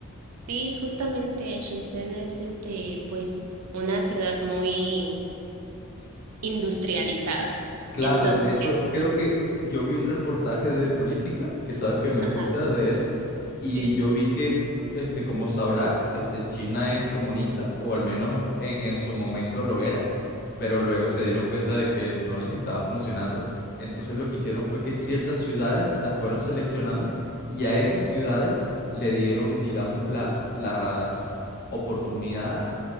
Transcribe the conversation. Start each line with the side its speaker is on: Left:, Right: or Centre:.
Right: Sí, justamente Shenzhen es este, pues, una ciudad muy industrializada.
Left: Claro,
Right: Entonces,
Left: de hecho, creo que yo vi un reportaje de política, que sabes que me
Right: ajá,
Left: gusta de eso, y
Right: sí,
Left: yo vi que, este, como sabrás, este, China es comunista, o al menos en, en su momento lo era, pero luego se dieron cuenta de que no les estaba funcionando. Entonces lo que hicieron fue que ciertas ciudades las fueron seleccionando y a esas ciudades le dieron, digamos, las, las oportunidades